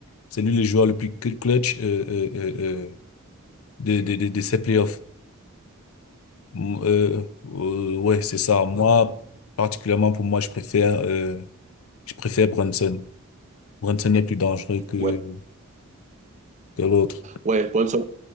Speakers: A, on the left; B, on the right.
A: c'est lui le joueur le plus cl- clutch euh, euh, euh, euh, de, de, de, de ces playoffs. Mm, Euh, euh, ouais, c'est ça. Moi, particulièrement pour moi, je préfère. euh, je préfère Brunson. Brunson est plus dangereux que,
B: ouais,
A: que l'autre.
B: ouais. Brunson,